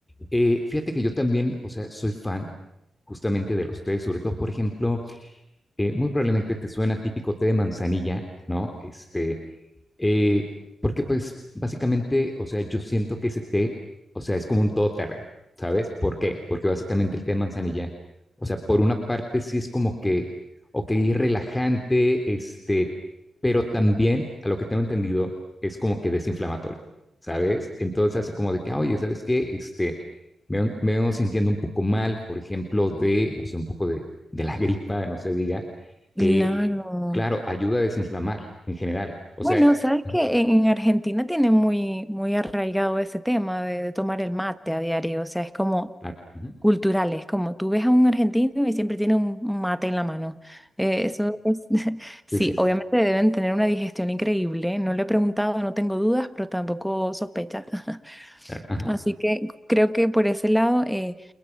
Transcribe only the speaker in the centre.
Claro.
Bueno,
sabes
que en, en Argentina tiene muy, muy arraigado ese tema de, de tomar el mate a diario, o sea, es como
cultural, es como tú ves a un argentino y siempre tiene un un mate en la mano. Eh, eso es, <laughs>
sí,
obviamente deben tener una digestión increíble, no le he preguntado, no tengo dudas, pero tampoco sospechas. <laughs>
Así que creo que por ese lado, eh,